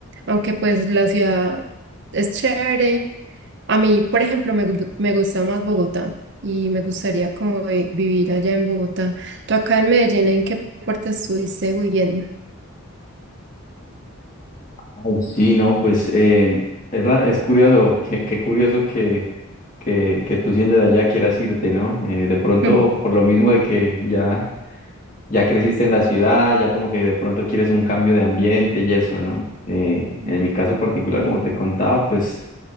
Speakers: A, on the right; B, on the left.
A: Aunque pues la ciudad es chévere a mí, por ejemplo, me, gu- me gusta más Bogotá y me gustaría como vi- vivir allá en Bogotá. ¿Tú acá en Medellín, en qué parte estuviste huyendo? <laughs>
B: Ay, sí, no, pues eh, es, la- es curioso, qué, qué curioso que, que, que tú siendo de allá quieras irte, ¿no? Eh, de pronto,
A: Mm,
B: por lo mismo de que ya... ya creciste en la ciudad, ya como que de pronto quieres un cambio de ambiente y eso, ¿no? Eh,
A: Ujú.
B: en mi caso particular, como te contaba, pues